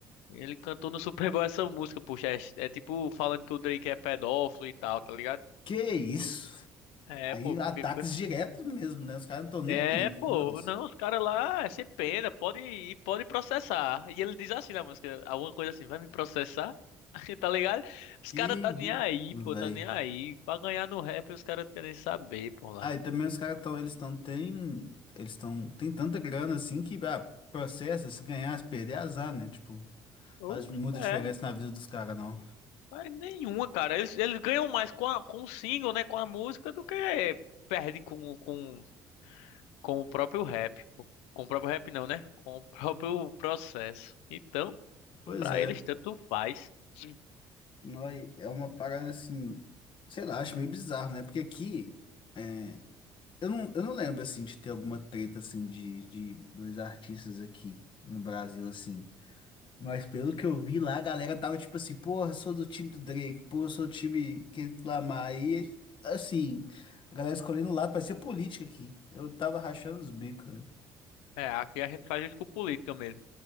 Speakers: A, on the left; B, on the left.
A: Ele cantou no Super Bowl essa música, poxa. É, é tipo falando que o Drake é pedófilo e tal, tá ligado?
B: Que isso?
A: É,
B: Aí
A: pô.
B: ataques
A: que-
B: diretos mesmo, né? Os caras não estão nem
A: É,
B: aí,
A: pô.
B: foda-se.
A: Não, os caras lá, é sem pena. Pode ir, pode processar. E ele diz assim na música, alguma coisa assim, vai me processar? <laughs> Tá ligado?
B: Que
A: Os caras tá
B: isso,
A: nem aí,
B: velho.
A: pô. Tá nem aí. Pra ganhar no rap, os caras querem saber, pô, lá.
B: Ah, e também os caras estão, eles estão, tem, eles estão, tem tanta grana assim que, ah, processa, se ganhar, se perder, azar, né? Tipo.
A: Ou-
B: Faz muita
A: É,
B: diferença na vida dos caras, não.
A: mas nenhuma, cara. Eles, eles ganham mais com, a, com o single, né? Com a música do que perde com, com, com o próprio rap. pô. Com o próprio rap, não, né? Com o próprio processo. Então,
B: Pois
A: pra
B: é.
A: eles, tanto faz. Sim.
B: Noi, é uma parada assim, sei lá, acho meio bizarro, né? Porque aqui, é, eu não, eu não lembro, assim, de ter alguma treta, assim, de, de dos artistas aqui no Brasil, assim. Mas pelo que eu vi lá, a galera tava tipo assim, porra, sou do time do Drake, porra, sou do time que reclamar. Aí, assim, a galera escolhendo o lado, parecia política aqui. Eu tava rachando os bicos. né?
A: É, aqui a gente faz isso com política mesmo.